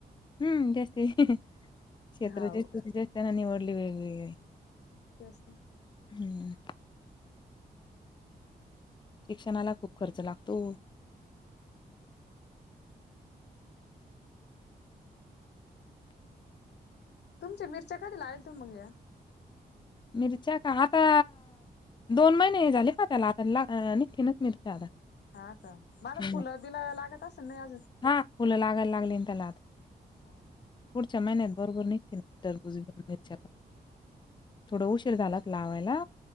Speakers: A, on the left (about 25°); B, on the left (about 80°).
A: हम्म जास्ती क्षेत्र
B: हाव.
A: जास्तीत जास्तना निवडली वेगवेगळे
B: तेच ना,
A: हम्म शिक्षणाला खूप खर्च लागतो.
B: तुमच्या मिरच्या कधी ला आ त मग या
A: मिरच्या का आता दोन महिने झाले का त्याला आता ला निसकीनच मिरच्या आता.
B: हा का मला
A: हम्म.
B: फुलं बिलं लागत अस नाही अजून,
A: हा फुलं लागायला लागली त्याला आत.
B: हा
A: पुढच्याचा महिन्यात भरपूर निघतील टरबूज आणि मिरच्या पण थोडं उशीर झाला लावायला.